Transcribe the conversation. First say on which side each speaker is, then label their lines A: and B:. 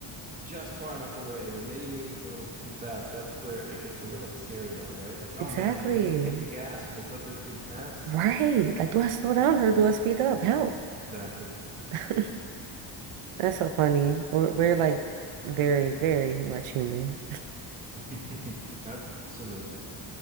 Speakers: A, on the right; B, on the right.
A: just far enough away or maybe moving a little too fast, that's where it gets a little scary, though, right? Like, oh
B: Exactly.
A: man, do I need to hit the gas or just let this dude pass?
B: Right. Like, do I slow down or do I speed up? Help.
A: Exactly.
B: <laughs> That's so funny. We're, we're like very, very much human.
A: <laughs> Absolutely.